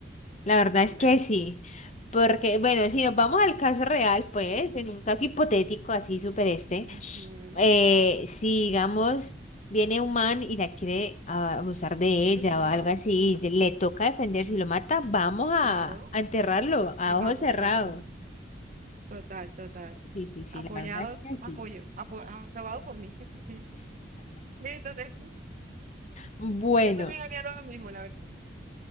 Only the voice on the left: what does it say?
La verdad
es que
sí,
porque bueno, si nos vamos al caso real, pues, en un caso hipotético así súper este,
eh, si digamos viene un man y la quiere ah, abusar de ella
o algo así, y le toca defender, si lo mata, vamos a,
a enterrarlo a
ojos cerrados.
Sí, sí, sí,
la verdad es que
sí.
Bueno,